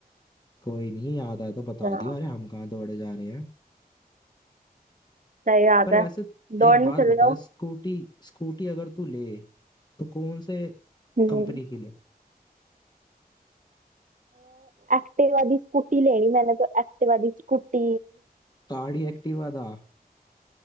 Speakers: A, on the left; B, on the right.
A: कोई नहीं याद आया तो बता
B: अच्छा
A: दियो अरे हम कहाँ दौड़े जा रहे हैं
B: सही बात
A: पर
B: है
A: वैसे
B: दौड़ने
A: एक बात
B: चले
A: बता
B: जाओ
A: स्कूटी स्कूटी अगर तू ले तो कौन से
B: हम्म
A: कंपनी की ले
B: एक्टिवा दी स्कूटी लेनी मैंने तो एक्टिवा दी स्कूटी
A: गाड़ी एक्टिवा दा